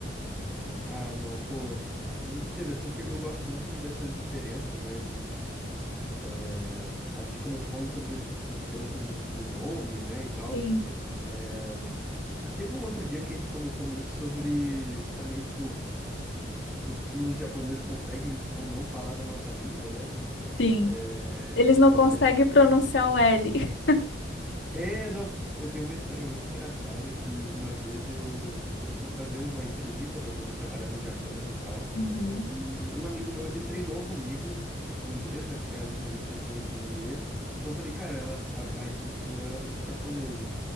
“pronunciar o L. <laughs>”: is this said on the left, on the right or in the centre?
Left